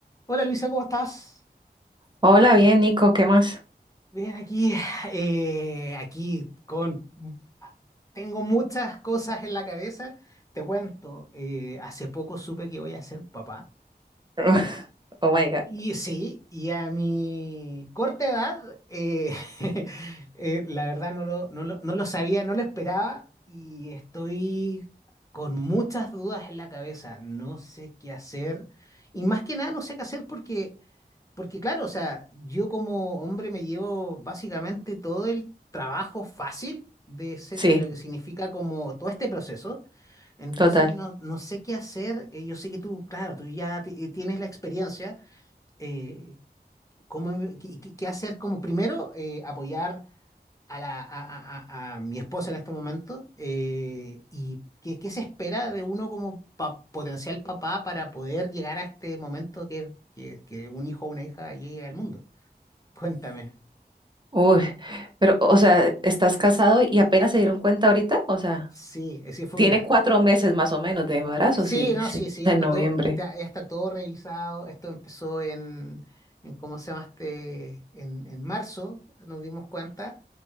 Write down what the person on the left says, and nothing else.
Hola Luisa, ¿cómo estás?
Bien, aquí, <sighs> eh, aquí con... Tengo muchas cosas en la cabeza. Te cuento, eh, hace poco supe que voy a ser papá.
Y sí, y a mi corta edad, eh, <laughs> eh, la verdad no lo, no lo, no lo sabía, no lo esperaba y estoy con muchas dudas en la cabeza. No sé qué hacer. Y más que nada no sé qué hacer porque Porque claro, o sea, yo como hombre me llevo básicamente todo el trabajo fácil de, ese-
de lo que significa como todo este proceso. Entonces
no, no sé qué hacer. Eh, yo sé que tú, claro, tú ya ti- eh, tienes la experiencia. eh, cómo em- qué, qué- qué hacer como primero eh, apoyar a, la, a, a- a- a mi esposa en este momento? eh, ¿y qué, qué se espera de uno como pa- potencial papá para poder llegar a este momento que, que, que un hijo o una hija llegue al mundo? Cuéntame.
Sí, eh, sí, fue,
mira.
Sí,
no,
sí, sí,
ya está
todo, ya, ya está todo revisado. Esto empezó en, en ¿cómo se llama este? En, en marzo nos dimos cuenta